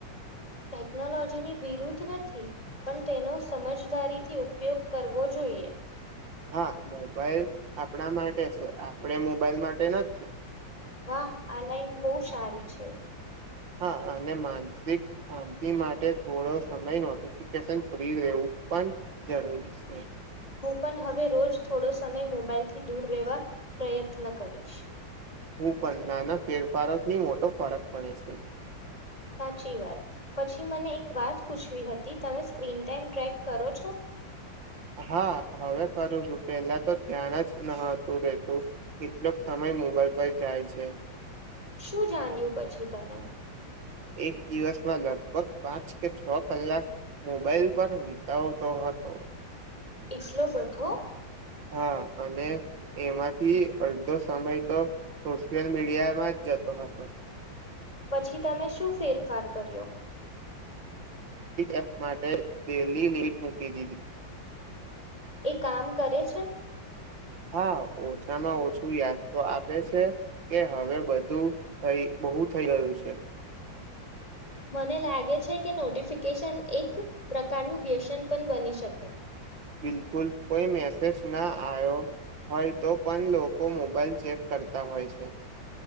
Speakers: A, on the left (about 15°); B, on the right (about 75°).
A: ટેકનોલોજીની વિરુદ્ધ નથી પણ તેનો સમજદારીથી ઉપયોગ કરવો જોઈએ.
B: હા મોબાઈલ આપણા માટે છે આપણે મોબાઈલ માટે નથી.
A: વાહ આ લઇન બહુ સારી છે.
B: હા અને માનસિક શાંતિ માટે થોડો સમય નોટિફિકેશન ફ્રી લેવું પણ જરૂરી છે.
A: હું પણ હવે રોજ થોડો સમય મોબાાઈલથી દૂર રહેવા પ્રયત્ન કરીશ.
B: હું પણ નાના ફેરફારોથી મોટો ફરક પડે છે.
A: સાચી વાત પછી મને એક વાત પૂછવી હતી તમે સ્ક્રીન ટાઈમ ટ્રેક કરો છો.
B: હા હવે કરું છું પેલા તો ધ્યાન જ નતું રેતું કેટલોક સમય મોબાઈલ પર જાય છે.
A: શું જાણ્યું પછી તમે્
B: એક દિવસમાં લગભગ પાંચ કે છ કલાક મોબાઈલ પર વિતાવતો હતો
A: એટલો બધો.
B: હા અને એમાંથી અડધો સમય તો સોશિયલ મીડિયામાં જ જતો હતો.
A: પછી તમે શું ફેરફાર કર્યો.
B: એપ માટે ડેલી લિમિટ મૂકી દીધી.
A: એ કામ કરે છે.
B: હા ઓછામાં ઓછું યાદ તો આપે છે કે હવે બધું થ બહુ થઈ ગયું છે.
A: મને લાગે છે કે નોટિફિકેશન એક પ્રકારનું વ્યસન પણ બની શકે.
B: બિલકુલ કોઈ મેસેજ ના આવ્યો હોય તો પણ લોકો મોબાઈલ ચેક કરતા હોય છે.